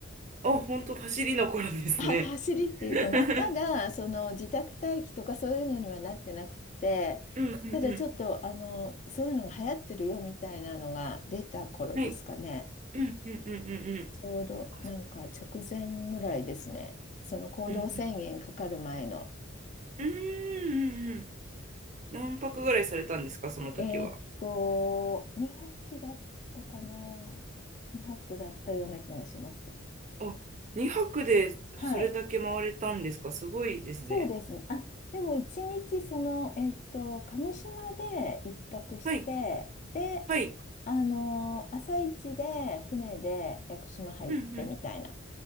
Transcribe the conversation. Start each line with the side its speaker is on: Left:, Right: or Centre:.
Right: あ、本当走りの頃ですね。
Left: は走りっていうか、
Right: <laughs>
Left: ま、まだその自宅待機とかそういうのにはなってなくって、
Right: うんうんうん。
Left: ただちょっとあのそういうのが流行ってるよみたいなのが出た頃ですかね。
Right: はい。うんうんうんうんうん。
Left: ちょうどなんか直前ぐらいですね。
Right: そっかそっか
Left: その行動制限かかる前の。
Right: うんうんうーんうんうん何泊ぐらいされたんですか、その時は。
Left: えーっと、2泊だったかな。2泊だったような気がします。
Right: あ、2泊でそれだけ回れたんですか、
Left: はい。
Right: すごいですね。
Left: そうですね。あ、でも一日その、えっと、鹿児島で一泊して、
Right: はい、
Left: で、
Right: はい。
Left: あの朝一で船で屋久島入ってみたいな
Right: うんうん